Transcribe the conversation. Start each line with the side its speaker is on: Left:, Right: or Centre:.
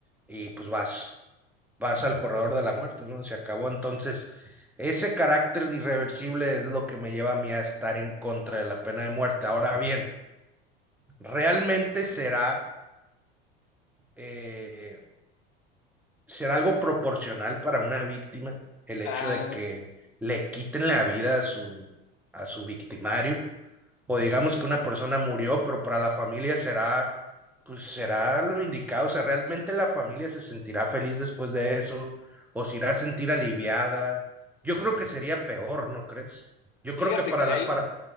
Centre: y pues vas pasa al corredor de la muerte, ¿no? Se acabó. Entonces, ese carácter de irreversible es lo que me lleva a mí a estar en contra de la pena de muerte. Ahora bien, ¿realmente será, eh, será algo proporcional para una víctima el hecho
Left: ah,
Centre: de que le quiten la vida a su, a su victimario? o digamos que una persona murió, pero para la familia será, pues será lo indicado, o sea, realmente la familia se sentirá feliz después de eso, o se irá a sentir aliviada. Yo creo que sería peor, ¿no crees? Yo
Left: fíjate
Centre: creo que para
Left: que
Centre: la,
Left: hay,
Centre: para,